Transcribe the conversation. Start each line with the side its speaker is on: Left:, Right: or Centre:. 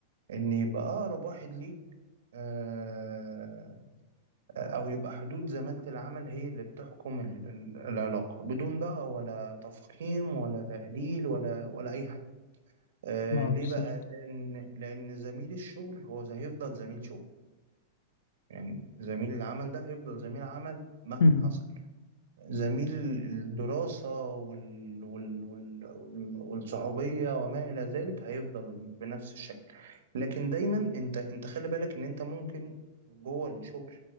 Right: إن يبقى أقرب واحد ليك آه، أو يبقى حدود زمالة العمل هي اللي بتحكم ال- ال- العلاقة بدون بقى ولا تفخيم ولا تقليل ولا ولا أي حاجة آه
Left: اه
Right: ليه
Left: بالظبط
Right: بقى؟ لأن لأن زميل الشغل هو زي- هيفضل زميل شغل يعني زميل العمل ده هيفضل زميل عمل مهما
Left: مم.
Right: حصل زميل الدراسة وال... وال... وال... وال- والصحوبية وما إلى ذلك هيفضل بنفس الشكل لكن دايما أنت أنت خلي بالك إن أنت ممكن جوه الشغل